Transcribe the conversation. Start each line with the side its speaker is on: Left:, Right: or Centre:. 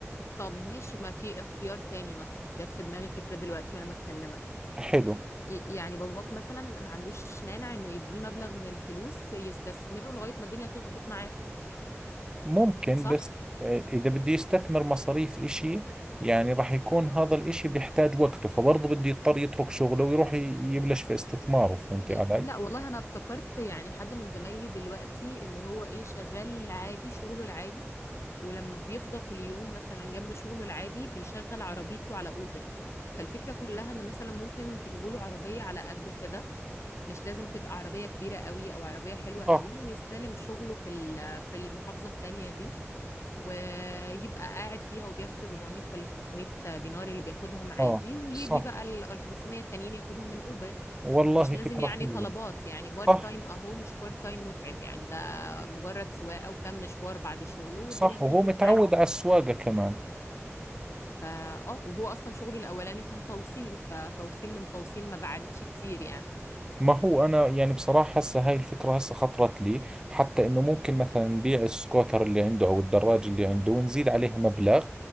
Left: طب ماشي ما في اختيار تاني مثلا جت في دماغي فكرة دلوقتي وانا بكلمك
Right: فحلو
Left: ي- يعني باباك مثلا ما عندوش مانع انه يديه مبلغ من الفلوس يستثمره لغاية ما الدنيا تظبط معاه
Right: ممكن
Left: صح؟
Right: بس آه، إذا بدي يستثمر مصاريف إشي يعني راح يكون هذا الإشي بيحتاج وقته فبرضه بده يضطر يترك شغله ويروح ي- يبلش في استثماره فهمتي
Left: ل-
Right: علي؟
Left: لا والله انا افتكرت يعني حد من زمايلي دلوقتي اللي هو ايه شغال عادي شغله العادي ولما بيفضى في اليوم مثلا جنب شغله العادي بيشغل عربيته على اوبر فالفكرة كلها ان مثلا ممكن تجيبوا له عربية على قده كده مش لازم تبقى عربية كبيرة قوي او عربية حلوة قوي
Right: صح
Left: ويستلم شغله في ال- في المحافظة التانية دي ويبقى قاعد فيها وبياخد ال 400 ولا 500 دينار اللي بياخدهم عادي
Right: آه
Left: ويجي
Right: صح
Left: بقى ال ال 500 التانيين ياخدهم من اوبر
Right: والله
Left: مش لازم
Right: فكرة
Left: يعني
Right: حلوة
Left: طلبات يعني بارت
Right: صح
Left: تايم اهو مش بارت تايم متعب يعني ده مجرد سواقه وكم مشوار بعد شغله والدنيا
Right: صح
Left: هتظبط
Right: وهو متعود
Left: معاه
Right: على السواقة كمان
Left: فا اه وهو اصلا شغله الاولاني كان توصيل فتوصيل من توصيل ما بعدتش كتير يعني
Right: ما هو أنا يعني بصراحة هسه هاي الفكرة هسه خطرت لي حتى إنه ممكن مثلا نبيع السكوتر اللي عنده أو الدراج اللي عنده ونزيد عليها مبلغ